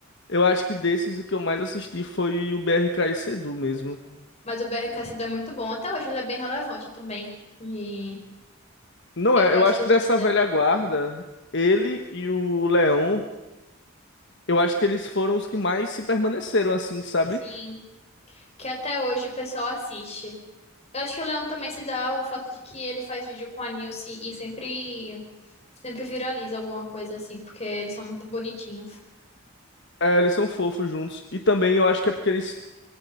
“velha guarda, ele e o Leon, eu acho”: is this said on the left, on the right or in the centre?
Left